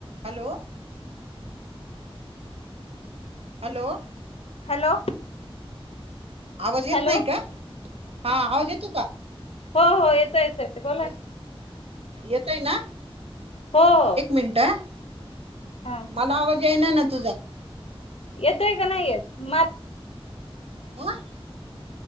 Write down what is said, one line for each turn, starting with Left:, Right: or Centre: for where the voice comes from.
Right: Hello, hello,
Left: hello
Right: आवाज येत
Left: hello,
Right: नाही का हा आवाज येतो
Left: हो हो, येतोय येतोय. बोला
Right: येत
Left: ना
Right: येतय ना.
Left: हो हो,
Right: मिनटं.
Left: हा,
Right: मला आवाज येईना ना तुझा.
Left: येतोय का नाही येत म''--''
Right: ह <unintelligible>